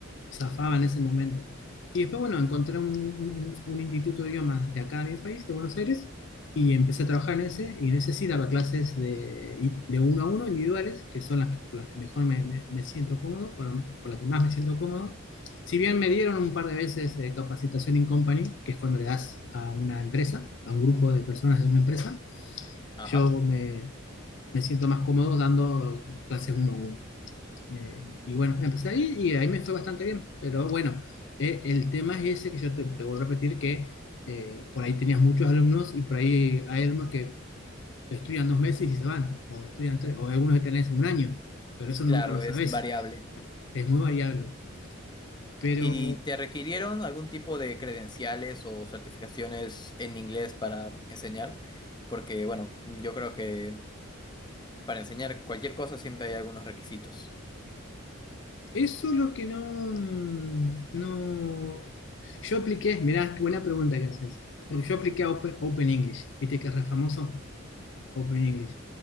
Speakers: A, on the left; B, on the left.
A: zafaba en ese momento. Y después, bueno, encontré un, un- un instituto de idiomas de acá de mi país, de Buenos Aires, y empecé a trabajar en ese, y en ese sí daba clases de, de uno a uno, individuales, que son las que, con las que mejor me, me- me siento cómodo, con, la- con las que más me siento cómodo. Si bien me dieron un par de veces eh, capacitación in company, que es cuando le das a una empresa, a un grupo de personas de una empresa,
B: Ajá.
A: yo me, me siento más cómodo dando clases uno a uno. Eh, y bueno, empecé ahí y ahí me fue bastante bien, pero bueno, eh, el tema es ese que yo te, te vuelvo a repetir que eh, por ahí tenías muchos alumnos y por ahí hay alumnos que estudian dos meses y se van, o estudian tres, o algunos que tenés un año, pero eso nunca
B: Claro,
A: lo sabés,
B: es variable.
A: es muy variable. Pero
B: ¿Y te requirieron algún tipo de credenciales o certificaciones en inglés para enseñar? Porque, bueno, yo creo que para enseñar cualquier cosa siempre hay algunos requisitos.
A: eso lo que no, no, yo apliqué, mirá, qué buena pregunta que haces, porque yo apliqué a Open, Open English, viste que es re famoso. Open English.